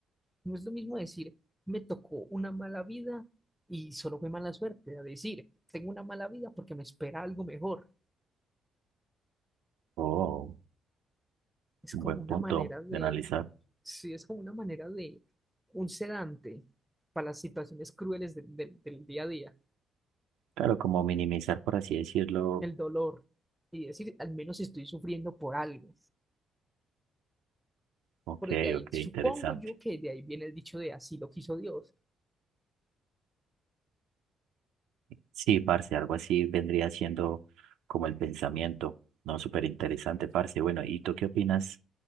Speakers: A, in the centre; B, on the right.
A: No es lo mismo decir, me tocó una mala vida y solo fue mala suerte, a decir, tengo una mala vida porque me espera algo mejor.
B: Oh.
A: Es
B: Un
A: como
B: buen
A: una
B: punto
A: manera de,
B: de analizar.
A: sí, es como una manera de un sedante para las situaciones crueles del del- del día a día.
B: Claro, como minimizar, por así decirlo.
A: el dolor y decir, al menos estoy sufriendo por algo.
B: Ok,
A: Por de ahí,
B: ok,
A: supongo
B: interesante.
A: yo que de ahí viene el dicho de así lo quiso Dios.
B: Sí, parce, algo así vendría siendo como el pensamiento, ¿no? Súper interesante, parce. Bueno, ¿y tú qué opinas,